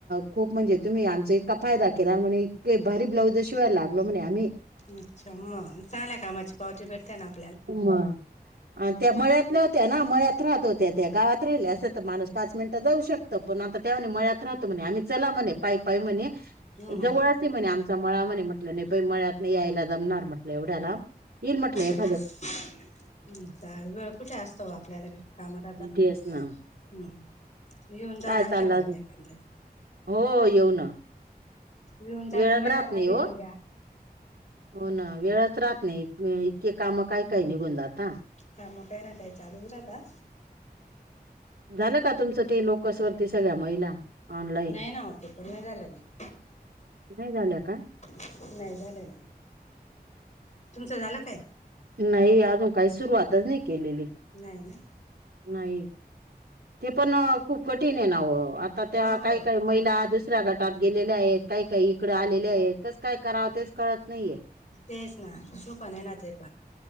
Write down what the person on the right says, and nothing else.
खूप म्हणजे तुम्ही, आमचा इतका फायदा केला म्हणे. इतके भारी ब्लाऊजं शिवायला लागलो म्हणे आम्ही.
ह मग आणि त्या मळ्यात. त्या होत्या ना मळ्यात राहत होत्या. त्या गावात राहिल्या असत्या, तर माणूस पाच मिनिटं जाऊ शकतं. पण आता त्या म्हणे मळ्यात राहतो म्हणे, आम्ही चला म्हणे पायी पायी म्हणे.
जवळच आहे म्हणे आमचा मळा म्हणे, म्हटलं नाही बाई मळ्यातनं यायला जमणार म्हटलं एवढ्या लांब. येईल म्हटलं एक
तेच ना
काय
चाललं
अजून
हो येऊ ना.
वेळच
राहत नाही
हो
हो ना वेळच राहत नाही इतके काम काय काय निघून जाता.
झालं का तुमचं ती लोकसवरती सगळ्या महिला? ऑनलाईन
नाही झालं का?
नाही अजून काही सुरुवातच नाही केलेली.
नाही, ते पण अ खूप कठीण आहे ना वो आ आता त्या
काही काही
महिला दुसऱ्या गट टात गेलेल्या हायत, काही काही इकडं आलेल्या हायत, कसं काय करावं तेच कळत नाहीये.